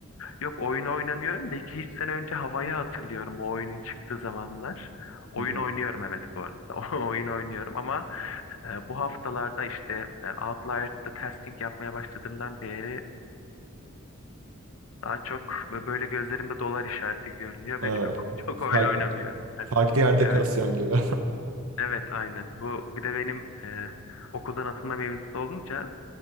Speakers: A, on the left; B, on the right.
A: yok oyun oynamıyorum da 2-3 sene önce havayı hatırlıyorum bu oyunun çıktığı zamanlar. Oyun
B: Hı hı.
A: oynuyorum evet bu arada. <laughs> O- Oyun oynuyorum ama e, bu haftalarda işte e, Outlier'da tasking yapmaya başladığımdan beri Daha çok böyle gözlerimde dolar işareti görünüyor
B: Aa,
A: ve çok <laughs> çok
B: fark-
A: oyun oynamıyorum ben.
B: farklı yerde
A: Evet,
B: kasıyorsun gibi.
A: evet aynen. Bu bir de benim e, okuldan atılma mevzusu olunca